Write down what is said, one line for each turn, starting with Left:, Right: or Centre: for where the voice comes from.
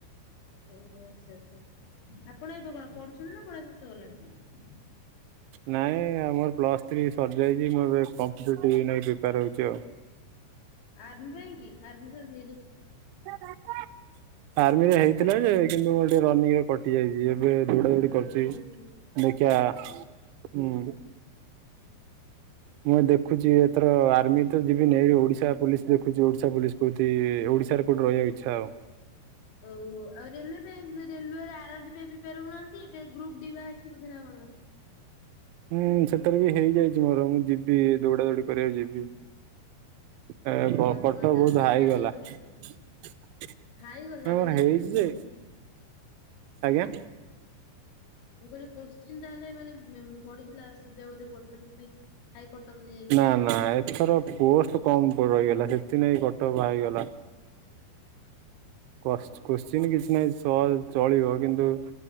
Left: ଓହୋ ଆଚ୍ଛା ଆଚ୍ଛା ଆଛା ଆପଣ ଏବେ କଣ ପଢୁଛନ୍ତି ନା ପଢା ଶେଷ ହେଲାଣି?
Right: ନାଇଁ ଆମର ପ୍ଲସ୍ ଥ୍ରୀ ସରିଯାଇଛି ମୁଁ ଏବେ କମ୍ପିଟେଟିଭ୍ ନେଇ ପ୍ରିପେୟାର ହେଉଛି ଆଉ।
Left: ଆର୍ମି ପାଇଁକି ଆର୍ମି ଫାର୍ମୀ
Right: <inaudible> ଆର୍ମିରେ ହେଇଥିଲା ଯେ କିନ୍ତୁ ମୁ ଟିକେ ରନିଂରେ କଟି ଯାଇଛି ଏବେ ଦୌଡା ଦୌଡି କରୁଛି।
Left: ଓହୋ ହୋ।
Right: ଦେଖିଆ ହୁଁ ମୁଁ ଦେଖୁଛି ଏଥର ଆର୍ମି ତ ଯିବିନି, ଏଇ ଯୋଉ ଓଡିଶା ପୋଲିସ ଦେଖୁଛି ଓଡିଶା ପୋଲିସ କୋଉଠି ଓଡିଶାରେ କୋଉଠି ରହିବାକୁ ଇଚ୍ଛା ଆଉ।
Left: ଓହୋ ଆଉ ରେଲୱେ ପାଇଁ ରେଲୱ ର ଆର ଆର ବି ପାଇଁ ପ୍ରି ପ୍ରିପେୟାର ହେଉନାହାନ୍ତି ଏବେ ଗ୍ରୁପ ଡି ବାହାରିଛି ବୋଧେ ନା କଣ।
Right: ହୁଁ ସେଥିରେ ବି ହେଇଯାଇଛି ମୋର, ମୁଁ ଯିବି ଦୌଡା ଦୌଡି କରିବାକୁ ଯିବି। ଏ
Left: ଓହୋ
Right: କଟଅଫ
Left: ଆପଣ ତାହେଲେ
Right: ବହୁତ ହାଇ
Left: ତ ମାନିବାକୁ
Right: ଗଲା।
Left: ପଡିବ
Right: ମୋର
Left: ଆପଣଙ୍କୁ। ହାଇଗଲା ମାନେ
Right: ହେଇଛି
Left: କୋଶ୍ଚିନ୍।
Right: ଯେ, ଆଜ୍ଞା
Left: ମୁଁ କହିଲି କ୍ୱଶ୍ଚିନ୍ ତାହେଲେ ମାନେ ପଡିଥିଲା ସୂଜ୍ୟା ବୋଧେ ପଡିଥିଲା ସେଥିପାଇଁ ହାଇ କଟଅଫ୍ ନେଇଯାଇଛନ୍ତି।
Right: ନା ନା ଏଥର ପୋଷ୍ଟ କମ ରହିଗଲା ସେଥିପାଇଁ କଟଅଫ୍ ହାଇ ଗଲା। କସ୍
Left: ହୁଁ
Right: କୋଶ୍ଚିିନ
Left: ହୁଁ
Right: କିଛି ନାହିଁ ସ୍ ଚଳିବ କିନ୍ତୁ